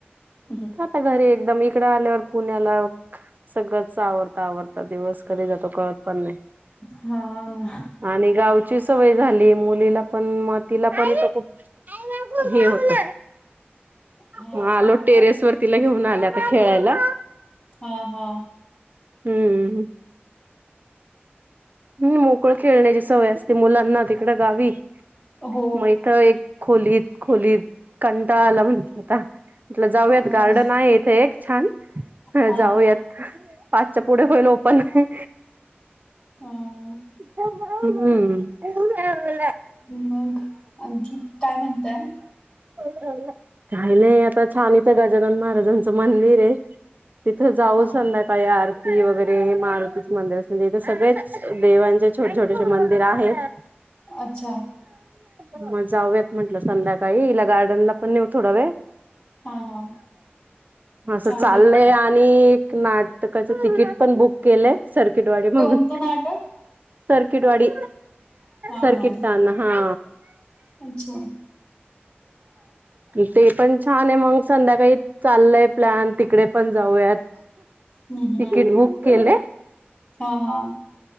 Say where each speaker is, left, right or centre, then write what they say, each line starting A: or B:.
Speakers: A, on the left; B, on the right.
A: हा...
B: आता घरी एकदम इकडं आल्यावर पुण्याला सगळंच आवर आवडता दिवस कधी जातो कळत पण नाही.
A: हा ना
B: आणि गावची सवय झाली मुलीला पण मग तिला पण इथ खूप हे होत..
A: हा
B: मग आलो
A: का
B: टेरेस तर घेऊन आल्या आता खेळायला.
A: हा.. हा..
B: हम्म हु.. मोकळ खेळण्याची सवय असते मुलांना तिकड गावी
A: हो
B: मग इथ एक खोलीत.. खोलीत कंटाळा आला म्हणती आता म्हटलं जाऊयात
A: हो
B: गार्डन
A: ना
B: आहे इथे एक.. छान..
A: हा
B: जाऊयात.
A: हा
B: पाचच्या पुढे होईल ओपन ह्.. ह्..
A: अ..
B: ह्म्म्
A: मग.. आणखीन ताय म्हणताय.
B: काही नाही आता छान इथं गजानन महाराजांच मंदिर आहे. तिथं जाऊ
A: हा
B: संध्याकाळी आरती वगैरे मारुतीचे मंदिर अस म्हणजे इथे सगळ्याच देवां जे छोटे छोटेसेे मंदिर आहेत.
A: अच्छा..
B: मग जाऊयात म्हटलं संध्याकाळी ईला गार्डनला पण नऊ थोडा वेळ.
A: हा हा
B: असं
A: चालेल
B: चाललंय
A: की.
B: आण यनी नाटकाच तिकीट पण बुक केलंय.. सर्किट वाले म्हणून
A: कोणतं नाटक
B: सर्किट वाडी..
A: हा
B: सर्किट
A: हा
B: तान.. हा
A: अच्छा..
B: ते पण छान आहे मग संध्याकाळी चाललंय प्लॅन तिकडे पण जाऊयात.
A: हम्म..
B: तिकीट
A: हम्म..
B: बुक केले
A: हा.. हा..